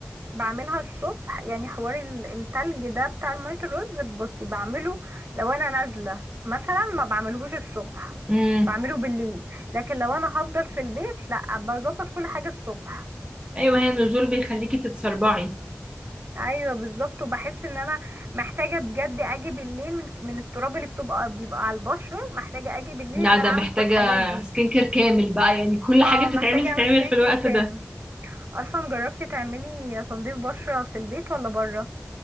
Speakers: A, on the right (about 50°); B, on the right (about 20°).
A: بعملها الصبح يعني حوار ال- التلج ده بتاع المية الرز بصي بعمله لو انا نازلة مثلا ما بعملهوش الصبح
B: امم
A: بعمله بالليل لكن لو انا هفضل في البيت لا بظبط كل حاجة الصبح
B: ايوه ما هي النزول بيخليكي تتسربعي
A: ايوه بالظبط وبحس ان انا محتاجة بجد اجي بالليل من من التراب اللي بتبقى بيبقى على البشرة محتاجة اجي بالليل
B: لا
A: ان
B: ده
A: انا اعمل
B: محتاجة
A: كل الحاجات دي
B: سكين كير كامل بقى يعني كل
A: اه
B: حاجة بتتعمل
A: محتاجة اعمل
B: تتعمل
A: سكان
B: في الوقت
A: كير كامل
B: ده
A: اصلا جربتي تعملي تنظيف بشرة في البيت ولا بره